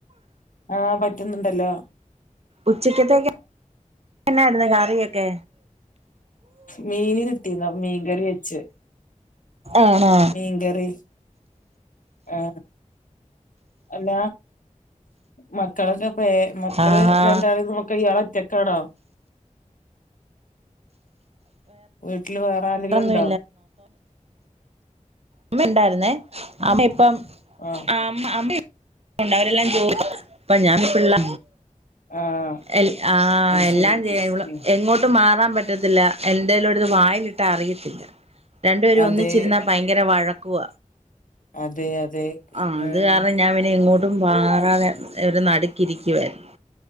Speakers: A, on the left; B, on the right.
A: ആ പ റ്റുന്നുണ്ടല്ലോ
B: ഉച്ചക്കേത്തക്ക എന്നായിര്ന്നു കറിയൊക്കെ
A: മീന് കിട്ടീന്നു അപ്പൊ മീൻകറി വെച്ച്
B: ആണോ
A: മീൻകറി ആ അല്ല മക്കളൊക്കെ പ്പേ മക്കള്
B: ആഹാ
A: രണ്ടാളെ നോക്കാൻ ഇയാളൊറ്റക്കാണോ വീട്ട് ലോ വേറെ ആരെല്ണ്ടോ
B: വേറൊന്നും ഉമ്മ ഉണ്ടായിരുന്നേ അമ്മ ഇപ്പം
A: ആഹ്
B: ആ അമ്മ ഇ ഉണ്ടവരെല്ലാം ജോവാ പ്പ ഞാൻപ്പ പിള്ള
A: ആഹ്
B: എൽ ആ
A: അത്
B: എല്ലാം
A: ശരി
B: ചെയ്യാം ഇവ
A: ഉം.
B: എങ്ങോട്ട് മാറാ പറ്റത്തില്ല എന്തേലുട്ത് വായിലിട്ടാ അറിയത്തില്ല രണ്ടുപേരും
A: അതെ
B: ഒന്നിച്ചിരുന്നാ ഭയങ്കര വഴക്കുവ
A: അതെ അതെ
B: ആ അത്
A: ആഹ്
B: കാരണം ഞാൻ പിന്നെ എങ്ങോട്ടും മാറാതെ ഇവരെ നടുക്കിരിക്കുവായിര്ന്ന്